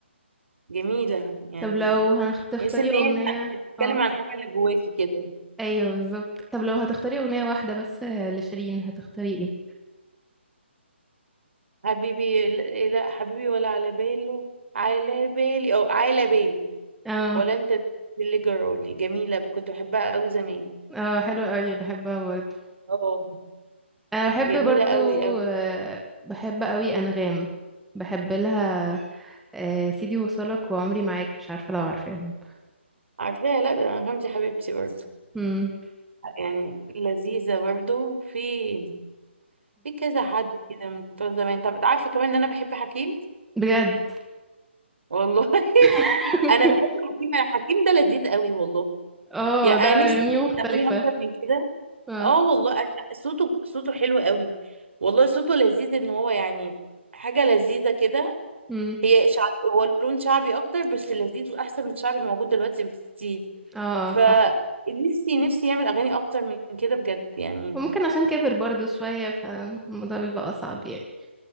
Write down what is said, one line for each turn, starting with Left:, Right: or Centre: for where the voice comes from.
Right: جميله يعني
Centre: طب لو هتختاري
Right: تحس ان
Centre: اغنية
Right: هي بتتكلم
Centre: اه
Right: عن حاجه اللي جواكي كده
Centre: ايوه بالظبط طب لو هتختاري اغنية واحدة بس لشيرين هتختاري ايه
Right: حبيبي لا حبيبي ولا على باله على بالي او على بالي
Centre: اه
Right: ولا انت اللي جرالي جميلة كنت بحبها قوي زمان
Centre: اه حلوة قوي بحبها برضو
Right: اه
Centre: انا بحب
Right: جميلة
Centre: برضو
Right: قوي قوي
Centre: آه بحب قوي انغام بحب لها آه سيدي وصلك وعمري معاك مش عارفة لو عارفاهم
Right: عارفاها لا ده انا غمزة حبيبتي برضه
Centre: امم
Right: يعني لذيذة برضه في في كذا حد كده من بتوع زمان طب عارفة كمان ان انا بحب حكيم
Centre: بجد
Right: والله <laughs>
Centre: <laughs>
Right: انا بحب حكيم أنا حكيم ده لذيذ قوي والله
Centre: اه
Right: يعني
Centre: ده
Right: انا
Centre: اغانيه
Right: نفسي
Centre: مختلفة
Right: اغنية اكتر من كده
Centre: اه
Right: اه والله أنا- لا، صوته صوته حلو قوي والله صوته لذيذ ان هو يعني حاجة لذيذة كده
Centre: امم
Right: هي شعب هو لون شعبي اكتر بس لذيذ واحسن من الشعبي الموجود دلوقتي بكتير
Centre: اه
Right: فنفسي
Centre: اه، صح
Right: نفسي نفسي يعمل اغاني اكتر من كده بجد يعني
Centre: وممكن عشان كبر برضو شوية فالموضوع بيبقى أصعب يعني